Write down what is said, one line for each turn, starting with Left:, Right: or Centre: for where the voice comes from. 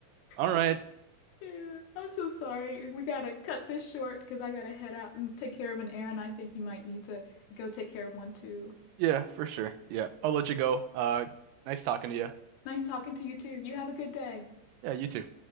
Right: All right.
Left: But yeah, I'm so sorry. We gotta cut this short because I gotta head out and take care of an errand. I think you might need to go take care of one too.
Right: Yeah, for sure. Yeah. I'll let you go. Uh, nice talking to you.
Left: Nice talking to you too. You have a good day.
Right: Yeah, you too.